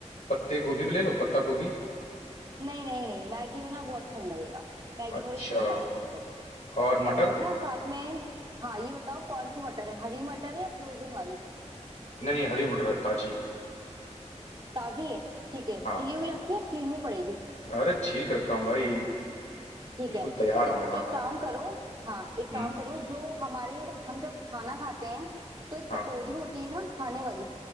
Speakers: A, on the left; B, on the right.
A: पत्ते गोभी भी ले लूँ पत्ता गोभी
B: नहीं नहीं नहीं मैगी में ना वो अच्छा नहीं लगेगा मैगी
A: अच्छा
B: थोड़ी सिंपल अच्छी लगेगी
A: और मटर
B: और ना साथ में हाँ ये बताओ कौन सी मटर है हरी मटर है या फ्रोजन वाली
A: नहीं नहीं हरी मटर है ताजी
B: ताजी है ठीक है छिली
A: हाँ
B: हुई रखी है छीलनी पड़ेगी
A: अरे छील कर रखा हूँ भाई
B: ठीक
A: बिल्कुल
B: है
A: तैयार
B: तो
A: हूँ मैं हाँ
B: एक काम करो हाँ एक
A: हम्म
B: काम करो जो हमारे हम जब खाना खाते हैं तो एक
A: हाँ
B: कटोरी होती है ना खाने वाली